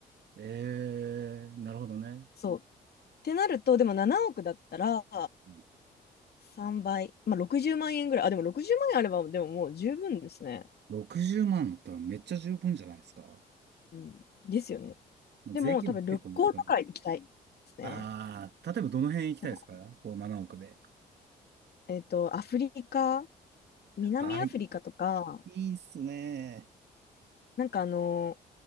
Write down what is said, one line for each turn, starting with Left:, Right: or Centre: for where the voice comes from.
Right: えー、なるほどね。
Left: そう。てなると、でも7億だったら
Right: うん
Left: 3倍、まあ60万円ぐらい。あ、でも60万円あれば、でももう十分ですね。
Right: 60万だったらめっちゃ十分じゃないですか。
Left: うん。ですよね。
Right: まあ税金も結構持ってかれる。
Left: でも多分旅行とか行きたいですね。
Right: あー、例えばどの辺行きたいですかこう7億で。
Left: なんか、えっと、アフリカ、南アフリカとか、
Right: あー、いいっすね。
Left: なんかあの